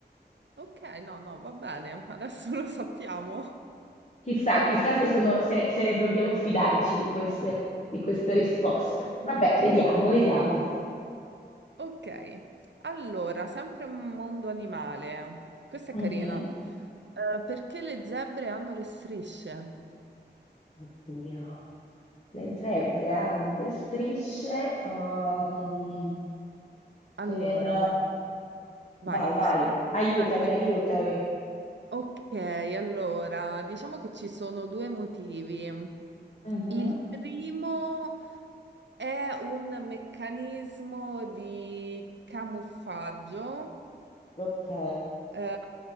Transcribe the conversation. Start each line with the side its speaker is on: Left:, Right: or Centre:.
Right: Ok, no, no, va bene, adesso lo sappiamo.
Left: Chissà, chissà
Right: Allora.
Left: se sono, se, se dobbiamo fidarci di queste, di queste risposte. Vabbè, vediamo, vediamo.
Right: Ok, allora, sempre un mondo animale. Questa è
Left: Mhm.
Right: carina. Eh, perché le zebre hanno le strisce?
Left: Oddio, le zebre hanno le strisce, ehm,
Right: Allora,
Left: per...
Right: guarda, vai,
Left: Vai, vai,
Right: spara
Left: aiutami,
Right: una e poi vedi.
Left: aiutami.
Right: Ok, allora diciamo che ci sono due motivi.
Left: Mhm.
Right: Il primo è un meccanismo di camuffaggio,
Left: Ok.
Right: eh,